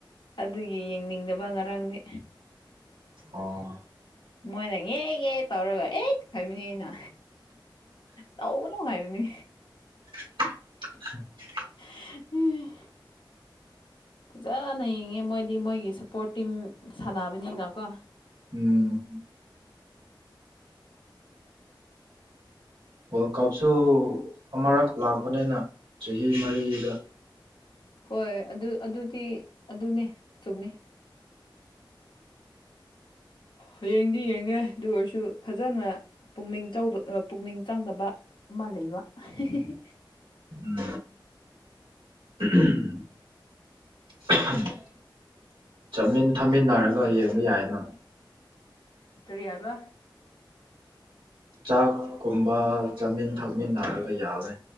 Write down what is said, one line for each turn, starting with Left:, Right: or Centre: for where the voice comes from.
Left: ꯑꯗꯨꯒꯤ ꯌꯦꯡꯅꯤꯡꯗꯕ ꯉꯔꯥꯡꯗꯤ
Right: ꯑꯣ
Left: ꯃꯣꯏꯅ ꯉꯦ ꯉꯦ ꯇꯧꯔꯒ ꯑꯦꯠ ꯍꯥꯏꯕꯅꯤ ꯑꯩꯅ ꯇꯧꯒꯅ ꯅꯨ ꯍꯥꯏꯕꯅꯤ
Right: <inaudible>
Left: <inaudible> ꯐꯖꯅ ꯌꯦꯡꯉꯦ ꯃꯣꯏꯗꯤ ꯃꯣꯏꯒꯤ ꯁꯞꯄꯣꯔꯠ ꯇꯤꯝ ꯁꯥꯟꯅꯕꯅꯤꯅꯀꯣ
Right: ꯎꯝ ꯋꯥ꯭ꯔꯜ ꯀꯞꯁꯨ ꯑꯃꯔꯛ ꯂꯥꯛꯄꯅꯤꯅ ꯆꯍꯤ ꯃꯔꯤꯗ
Left: ꯍꯣꯏ ꯑꯗꯨ ꯑꯗꯨꯗꯤ ꯑꯗꯨꯅꯦ ꯆꯨꯝꯃꯦ ꯍꯌꯦꯡꯗꯤ ꯌꯦꯡꯉꯦ ꯑꯗꯨ ꯑꯣꯏꯔꯁꯨ ꯐꯖꯅ ꯄꯨꯛꯅꯤꯡ ꯆꯧꯕ ꯑꯥ ꯄꯨꯛꯅꯤꯡ ꯆꯪꯗꯕ ꯑꯃ ꯂꯩꯕ ꯑꯍꯦꯍꯦꯍꯦ
Right: ꯎꯝ <unintelligible> <unintelligible> ꯆꯥꯃꯤꯟ ꯊꯛꯃꯤꯟꯅꯔꯒ ꯌꯦꯡꯕ ꯌꯥꯏꯅ
Left: ꯀꯔꯤ ꯍꯥꯏꯕ
Right: ꯆꯥꯛꯀꯨꯝꯕ ꯆꯥꯃꯤꯟ ꯊꯛꯃꯤꯟꯅꯔꯒ ꯌꯥꯕꯅꯦ